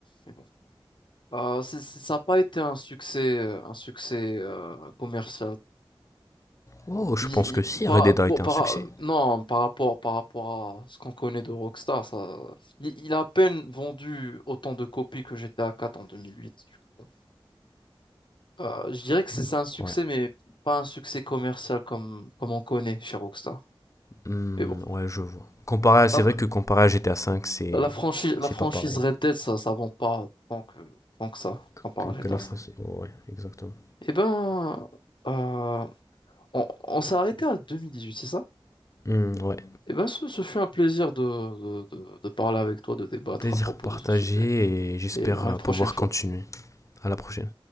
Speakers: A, on the left; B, on the left.
A: Mais bon. Euh, c'est- c'est- ça n'a pas été un succès, euh, un succès euh, commercial.
B: Oh, je
A: Il-
B: pense que
A: il-
B: si,
A: par,
B: Red Dead a
A: pour-
B: été
A: par-
B: un succès.
A: euh, non, par rapport, par rapport à ce qu'on connaît de Rockstar, ça, il, il a à peine vendu autant de copies que GTA 4 en 2008. du coup. Euh, je dirais que c'est c'est un succès,
B: Ouais.
A: mais pas un succès commercial comme, comme on connaît chez Rockstar.
B: Hmm,
A: Mais bon,
B: ouais, je vois. Comparé à- c'est
A: la,
B: vrai que comparé à GTA V, c'est.
A: la franchise, la
B: C'est
A: franchise
B: pas pareil
A: Red Dead, ça ne vend pas tant que, tant que ça,
B: que,
A: comparé
B: que-
A: à GTA
B: que la
A: 5.
B: France. Oh, ouais, exactement.
A: Eh ben, euh, on, on s'est arrêté à 2018, c'est ça?
B: Hmm, ouais.
A: Eh ben, ce, ce fut un plaisir de, de de- de parler avec toi, de débattre
B: Plaisir
A: à propos
B: partagé
A: de ce sujet.
B: et j'espère
A: Et à
B: euh,
A: une prochaine
B: pouvoir
A: fois.
B: continuer. À la prochaine.